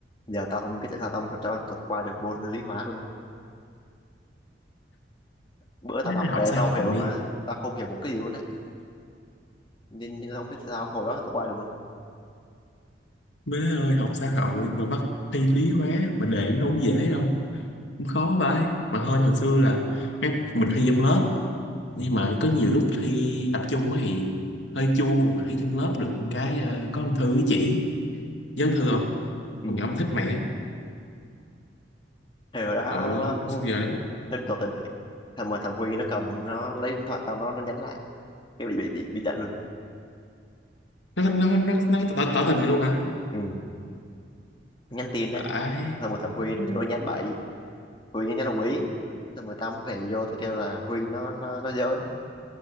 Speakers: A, on the left (about 25°); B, on the left (about 80°).
A: giờ tao không biết tại sao tao, tao, tao qua được môn lý hóa luôn á bữa tao
B: má
A: đọc
B: học
A: đề
B: xã
A: tao
B: hội
A: không hiểu mà tao không hiểu một cái gì luôn á nên, nên tao không biết tại sao hồi đó tao qua được luôn
B: má ơi học xã hội mà bắt thi lý hóa mà để đâu có dễ đâu cũng khó vậy mà hơn hồi xưa là má, mình thi trong lớp nhưng
A: ừ.
B: mà có nhiều lúc thi tập trung á thì hơi chua mà thi trong lớp được một cái ờ, có ông thư với chỉ nhớ ông thư không
A: Ừ.
B: con nhỏ mà thích mẹ
A: Thì hồi đó
B: ừ,
A: nó
B: sao giờ nó
A: nó tỏ tình mày thằng mà thằng Huy nó cầm nó lấy điện thoại tao nó nó nhắn lại cái bị bị bị, bị đánh luôn
B: nó nó nó, nó, nó tỏ, tỏ tình mày luôn hả
A: ừ. nhắn tin á
B: phải
A: xong rồi thằng Huy nó vô nó nhắn bậy Huy nó nhắn đồng ý xong rồi tao mới phải vô tao kêu là Huy nó nó, nó giỡn